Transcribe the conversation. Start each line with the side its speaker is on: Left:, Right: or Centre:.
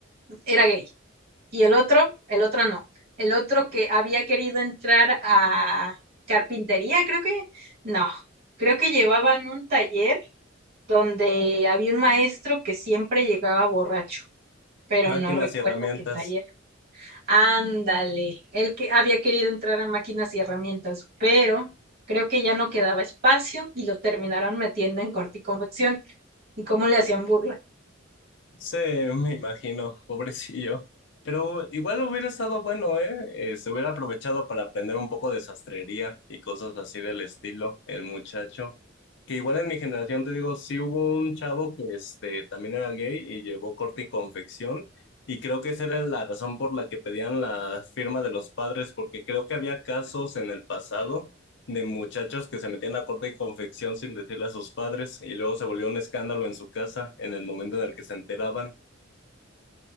Right: era gay. Y el otro, el otro no. El otro que había querido entrar a carpintería, creo que, no, creo que llevaban un taller donde había un maestro que siempre llegaba borracho, pero
Left: Máquinas
Right: no recuerdo
Left: y herramientas.
Right: qué taller. Ándale, el que había querido entrar a máquinas y herramientas, pero creo que ya no quedaba espacio y lo terminaron metiendo en corte y confección. ¿Y cómo le hacían burla?
Left: Sí, me imagino, pobrecillo. Pero igual hubiera estado bueno, ¿eh? Eh, Se hubiera aprovechado para aprender un poco de sastrería y cosas así del estilo, el muchacho. Que igual en mi generación, te digo, sí hubo un chavo que este, también era gay y llevó corte y confección. Y creo que esa era la razón por la que pedían la firma de los padres, porque creo que había casos en el pasado de muchachos que se metían a corte y confección sin decirle a sus padres y luego se volvió un escándalo en su casa en el momento en el que se enteraban